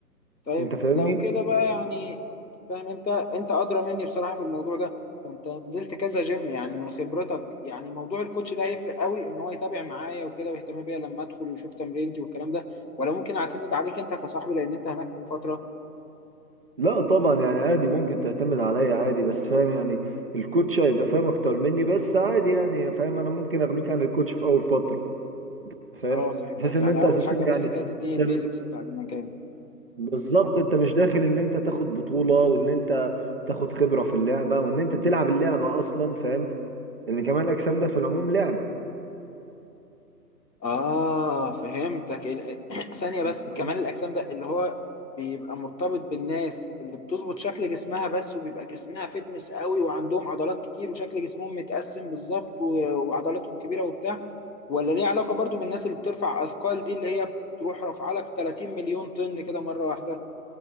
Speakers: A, on the left; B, on the right.
A: طيب
B: انت فاهمني
A: لو كده بقى يعني فاهم انت انت ادرى مني بصراحه في الموضوع ده فانت نزلت كذا جيم يعني من خبرتك يعني موضوع الكوتش ده هيفرق قوي ان هو يتابع معايا وكده ويهتم بيا لما ادخل ويشوف تمرينتي والكلام ده ولا ممكن اعتمد عليك انت كصاحبي لان انت هناك من فتره
B: لا طبعا يعني عادي ممكن تعتمد عليا عادي بس فاهم يعني الكوتش هيبقى فاهم اكتر مني بس عادي يعني فاهم انا ممكن اغنيك عن الكوتش في اول فتره فاهم
A: اه فهمتك
B: بحيث ان
A: يعني
B: انت
A: اول
B: اساسا
A: حاجه بس
B: يعني
A: كده تديني
B: انت
A: البيزكس بتاع المكان
B: بالظبط انت مش داخل ان انت تاخد بطوله وان انت تاخد خبره في اللعبه وان انت تلعب اللعبه اصلا فاهم ان كمال الاجسام ده في العموم لعبه
A: آه فهمتك ال- <clears throat> ثانية بس
B: طيب.
A: كمال الأجسام ده اللي هو بيبقى مرتبط بالناس اللي بتظبط شكل جسمها بس وبيبقى جسمها فتنس قوي وعندهم عضلات كتير وشكل جسمهم متقسم بالظبط و- وعضلاتهم كبيرة وبتاع ولا ليه علاقة برضو بالناس اللي بترفع أثقال دي اللي هي بتروح رافعة لك 30 مليون طن كده مرة واحدة